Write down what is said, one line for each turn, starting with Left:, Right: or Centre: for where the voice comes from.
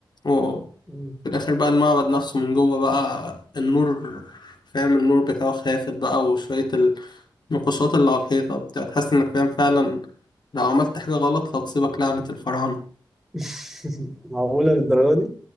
Left: وفي
Centre: مم.
Left: الآخر بقى المعبد نفسه من جوه بقى النور فاهم النور بتاعه خافت بقى وشوية النقوشات اللي على الحيطة بتاع تحس إنك فاهم فعلا لو عملت حاجة غلط هتصيبك لعنة الفراعنة
Centre: <laughs> معقوله للدرجه دي